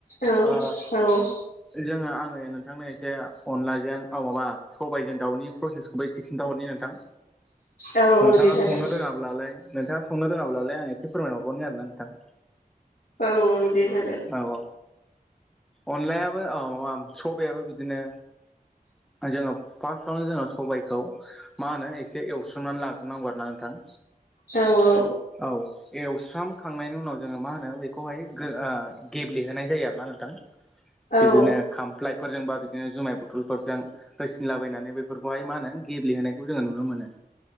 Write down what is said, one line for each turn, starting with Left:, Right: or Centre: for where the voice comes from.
Left: औ
Centre: ओ
Left: औ
Centre: जोङो आङो नोंथांनो एसे अनलाजों माबा सबायाइजों दाव दावनि प्रसेसखौबो एसे खिन्था हरनि नोंथां
Left: औ
Centre: नोंथाङा
Left: दे जागोन
Centre: संनो रोङाब्लालाय नोंथाङा संनो रोङाब्लालाय आं एसे फोरमायहरगरनि आरोना नोंथां
Left: औ औ दे जागोन
Centre: औ औ अनलायाबो औ माबा सबायाबो बिदिनो जोङो फार्स्टआवनो जोङो सबायाइखौ मा होनो एसे एवस्रोमनानै लाग्रोनांगौ आरोना नोंथां
Left: औ औ
Centre: औ एवस्रामखांनायनि उनाव जोङो मा होनो बेखौहाय गो ओ गेब्ले होनाय जायो आरोना नोंथां।
Left: औ
Centre: बिदिनो खामफ्लायफोरजोंबा बिदिनो जुमाय बथलफोरजों होसिनलाबायनानै बेफोरखौहाय मा होनो गेब्लेहोनायखौ जोङो नुनो मोनो।